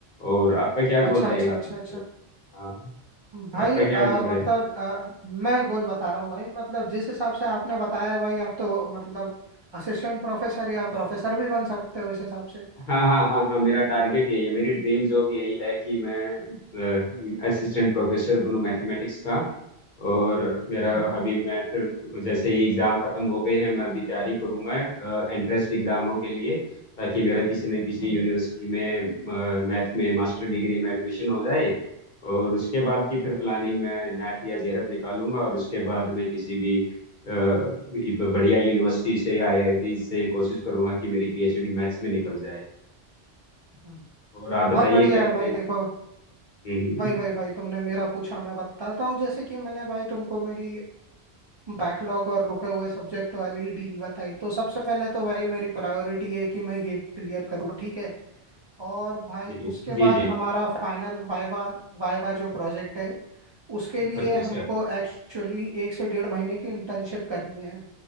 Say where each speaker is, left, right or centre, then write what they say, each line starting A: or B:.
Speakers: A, on the left (about 50°); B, on the right (about 45°).
A: और आपका क्या
B: अच्छा
A: गोल रहेगा
B: अच्छा अच्छा
A: जैसे
B: अच्छा
A: हाँ
B: भाई
A: आपका
B: अ,
A: क्या गोल रहेगा
B: मतलब अ, मैं गोल बता रहा हूँ भाई मतलब जिस हिसाब से आपने बताया है भाई आप तो मतलब असिस्टेंट प्रोफेसर या प्रोफेसर भी बन सकते हो इस हिसाब से
A: हाँ हाँ हाँ हाँ मेरा टारगेट यही है मेरी ड्रीम जॉब यही है कि मैं असिस्टेंट प्रोफेसर बनूं मैथमेटिक्स का और मेरा
B: हम्म हम्म
A: अभी मैं तो- जैसे ही एग्जाम खत्म हो गए हैं मैं अभी तैयारी करूंगा एंट्रेंस एग्जामों के लिए ताकि मेरा किसी न किसी
B: हम्म,
A: यूनिवर्सिटी में मैथ में मास्टर डिग्री में एडमिशन हो जाए और उसके बाद की फिर प्लानिंग मैं नैट या जेरप निकालूंगा और उसके बाद मैं किसी भी अ, बढ़िया यूनिवर्सिटी से आईआईटी से कोशिश करूंगा कि मेरी पीएचडी मैथ्स में निकल जाए
B: हम्म।
A: और आप बताइए
B: बहुत बढ़िया
A: क्या
B: यार
A: करेंगे
B: भाई देखो
A: हम्म
B: भाई भाई भाई तुमने मेरा पूछा मैं बताता हूँ जैसे कि मैंने भाई तुमको मेरी बैकलॉग और रुके हुए सब्जेक्ट वाली डील बताई तो सबसे पहले तो भाई मेरी प्रायोरिटी है कि मैं ये क्लियर करूँ ठीक है और भाई
A: जी
B: उसके
A: जी
B: बाद
A: जी
B: हमारा फाइनल वाइवा वाइवा जो प्रोजेक्ट है उसके लिए
A: अच्छा अच्छा
B: हमको एक्चुअली एक से डेढ़ महीने की इंटर्नशिप करनी है